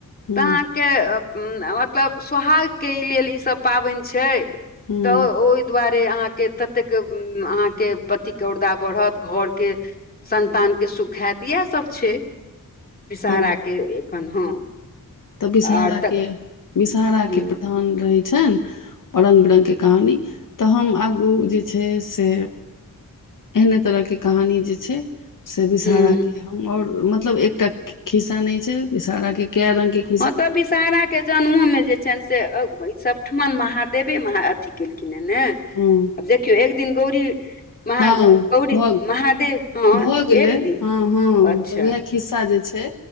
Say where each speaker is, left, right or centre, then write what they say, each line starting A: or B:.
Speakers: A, on the left; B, on the left.
A: हूँ
B: तऽ अहाँ। के मतलब सोहाग केँ लेल इ सब पाबन छै।
A: हूँ
B: तऽ ओहि दुआारे। अहाँ केँ ततेक अहाँ केँ पति और्दा बढ़त घरके। संन्तान केँ सुख हात इएह सब छै विषहरा
A: तऽ
B: केँ एखन हँ।
A: तऽ विषहहार
B: आर तऽ
A: के विषहरा
B: ह
A: केँ प्रधान रहैत छनि रंग बिरंग केँ कहानी तऽ हम आगू जे छै से। एहने तरह केँ कहानी जे छै से बिषहारा
B: ह
A: केँ अहाँ और मतलब एकटा खिस्सा न छै विषरा केँ कै रंग केँ।
B: ह तऽ विषहरा के जन्मो में जे छनि से सबठम महादेवे म अथी केलखिन है ने
A: हँ
B: आब देखियौ एक दिन गौड़ी महान
A: हँ
B: गैड़ी
A: भऽ
B: महादेव हँ
A: भऽ गेलै
B: एक दिन
A: हँ हँ
B: अच्छ
A: तऽ उएह खिस्सा जे छै